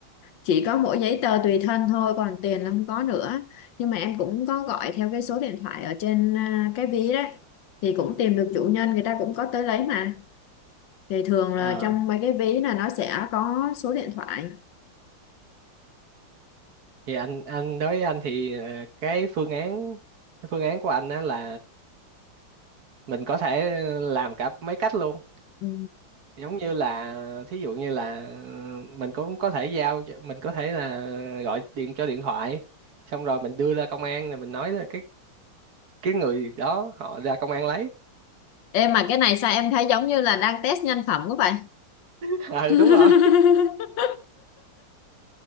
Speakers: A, on the left; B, on the right.
A: chỉ có mỗi giấy tờ tùy thân thôi còn tiền là không có nữa nhưng mà em cũng có gọi theo cái số điện thoại ở trên à, cái ví đấy thì cũng tìm được chủ nhân người ta cũng có tới lấy mà thì thường là
B: ờ
A: trong mấy cái ví là nó sẽ có số điện thoại
B: thì anh anh đối với anh thì ờ, cái phương án cái phương án của anh á là mình có thể làm cả mấy cách luôn
A: Ừ.
B: giống như là thí dụ như là ờ, mình cũng có thể giao cho- mình có thể là gọi điện cho điện thoại xong rồi mình đưa ra công an rồi mình nói là cái cái người đó họ ra công an lấy
A: Em mà cái này sao em thấy giống như là đang test nhân phẩm của vậy?
B: <laughs> ừ
A: <laughs>
B: đúng rồi